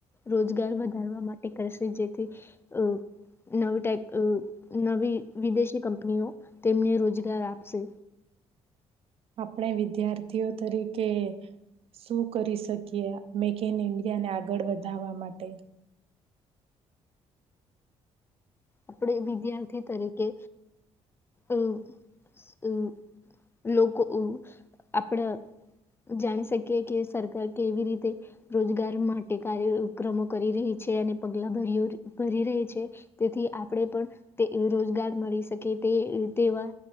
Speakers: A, on the left (about 20°); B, on the right (about 55°).
A: રોજગાર વધારવા માટે. કરશે જેથી અ નવી નવી વિદેશી કંપનીઓ તેમને રોજગાર આપશે.
B: આપણે વિદ્યાર્થીઓ તરીકે શું કરી શકીએ, મેક ઇન ઇન્ડિયાને આગળ વધારવા માટે?
A: આપણે વિદ્યાર્થી તરીકે અ લોકો આપડા જાણી શકીએ કે, સરકાર કેવી રીતે રોજગાર માટે કાર્યક્રમો કરી રહી છે. અને પગલા ભર્યો ભરી રહી છે તેથી. આપણે પણ તે રોજગાર મળી શકે. તે તેવા